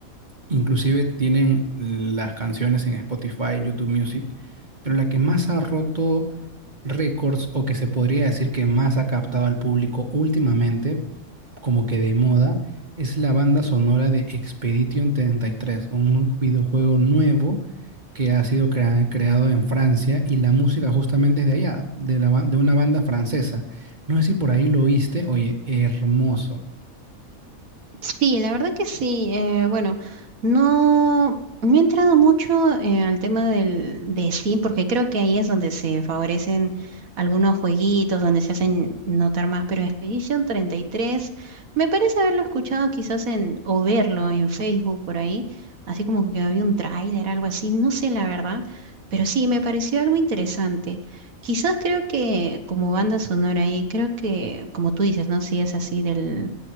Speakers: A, on the right; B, on the right.
A: Inclusive tienen las canciones en Spotify, YouTube Music, pero la que más ha roto récords o que se podría decir que más ha captado al público últimamente, como que de moda, es la banda sonora de Expedition treinta y tres, un videojuego nuevo que ha sido crea- creado en Francia y la música justamente es de allá, de, la ba- de una banda francesa. No sé si por ahí lo oíste, oye, hermoso.
B: Sí, la verdad que sí. eh, bueno, no, no he entrado mucho eh, al tema del, de Steam, porque creo que ahí es donde se favorecen algunos jueguitos, donde se hacen notar más, pero Expedition treinta y tres, me parece haberlo escuchado quizás en, o verlo en Facebook por ahí, así como que había un tráiler, algo así, no sé la verdad, pero sí, me pareció algo interesante. Quizás creo que como banda sonora ahí, creo que, como tú dices, ¿no? Si es así del